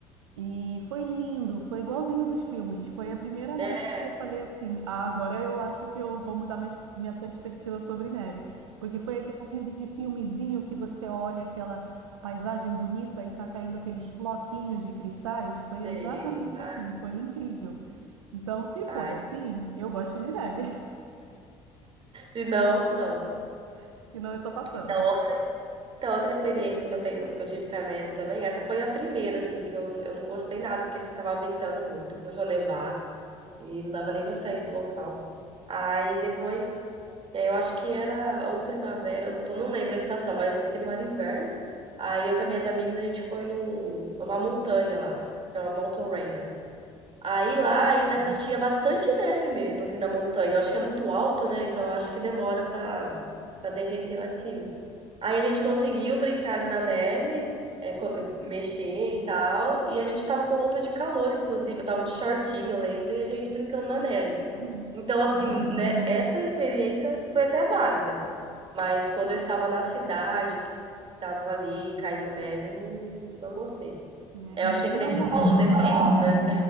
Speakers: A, on the right; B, on the right.
A: e foi lindo, foi igualzinho dos filmes. Foi a primeira
B: É,
A: neve que eu falei assim: ah, agora eu acho que eu vou mudar minha, minha perspectiva sobre neve. Porque foi aquela neve de filmezinho que você olha aquela paisagem bonita e tá caindo aqueles floquinhos de cristais. Foi
B: sei.
A: exatamente
B: Ai,
A: assim, foi incrível. Então, se
B: ai.
A: for assim, eu gosto de neve,
B: Se não, não.
A: <laughs> senão eu tô passando.
B: Então, outras Então, outra experiência que eu tenho, que eu tive com a neve também, essa foi a primeira, assim, que eu, eu não gostei nada, porque tava ventando muito, começou a nevar e não dava nem pra sair do local. Aí depois, eh, eu acho que era ou primavera, eu tô, não lembro a estação, mas eu sei que não era inverno. Aí eu com as minhas amigas, a gente foi no, numa montanha lá, chama Mountain Rainier. Aí lá ainda tá- tinha bastante neve mesmo, assim, na montanha. Eu acho que é muito alto, né? Então eu acho que demora pra, pra derreter lá de cima. Aí a gente conseguiu brincar ali na neve, é, co- é, mexer e tal. E a gente tava com roupa de calor, inclusive. Eu tava de shortinho, eu lembro, e a gente brincando na neve.
A: <laughs>
B: Então, assim, né, essa experiência foi até válida. Mas quando eu estava na cidade, que, que tava ali caindo neve, eu não, não gostei.
A: Né?
B: É,
A: Imagina
B: Eu acho que é que nem você
A: morar
B: falou, depende, né?